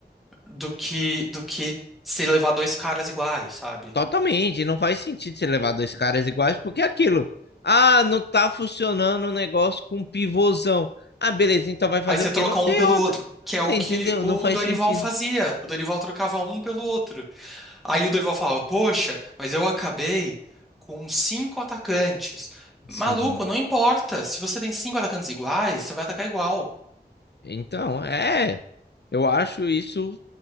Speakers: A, in the centre; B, on the left (about 75°).
A: do que do que se levar dois caras iguais, sabe?
B: Totalmente. Não faz sentido você levar dois caras iguais, porque é aquilo. Ah, não tá funcionando o negócio com pivôzão. Ah, beleza, então vai fazer
A: Aí você
B: o quê?
A: troca
B: Não
A: um
B: tem
A: pelo
B: outra.
A: outro, que
B: Você
A: é o que
B: entendeu?
A: o
B: Não faz
A: Dorival
B: sentido.
A: fazia. O Dorival trocava um pelo outro. Aí o Dorival falava: Poxa, mas eu acabei com cinco atacantes.
B: Sim.
A: Maluco, não importa. Se você tem cinco atacantes iguais, você vai atacar igual.
B: Então, é. Eu acho isso.